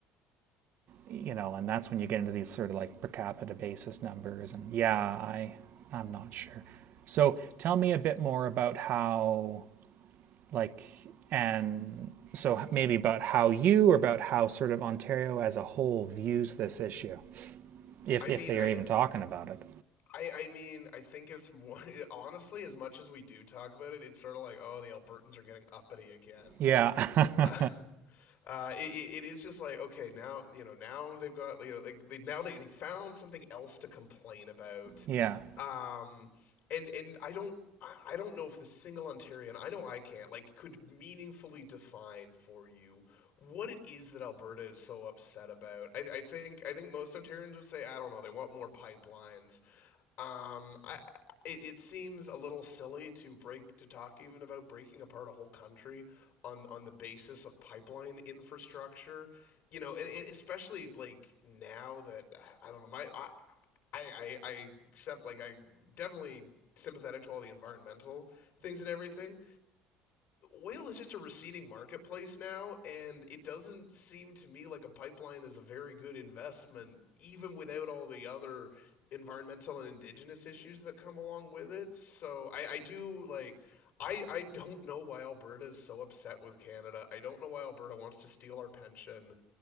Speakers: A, on the right; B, on the left.
A: you know, and that's when you get into these sort of like per capita basis numbers. And yeah, I I'm not sure. So tell me a bit more about how like and so maybe about how you or about how sort of Ontario as a whole views this issue, if
B: I mean,
A: if they
B: I,
A: are even talking about it.
B: I, I mean, I think it's more <laughs> honestly. As much as we do talk about it, it's sort of like, oh, the Albertans are getting uppity again.
A: Yeah,
B: <laughs>
A: <laughs>
B: Uh, uh, it, it is just like okay now you know now they've got you know like they, now they, they found something else to complain about
A: yeah,
B: um, and and i don't I I don't know if the single Ontarian, I know I can't, like, could meaningfully define for you what it is that Alberta is so upset about. I, I think I think most Ontarians would say, I don't know, they want more pipelines. Um, I, it, it seems a little silly to break to talk even about breaking apart a whole country on on the basis of pipeline infrastructure. You know, and, and especially like now that I don't know my I I I, I accept like I definitely sympathetic to all the environmental things and everything, oil is just a receding marketplace now, and it doesn't seem to me like a pipeline is a very good investment, even without all the other environmental and indigenous issues that come along with it. So I, I do like. I, I don't know why Alberta is so upset with Canada. I don't know why Alberta wants to steal our pension.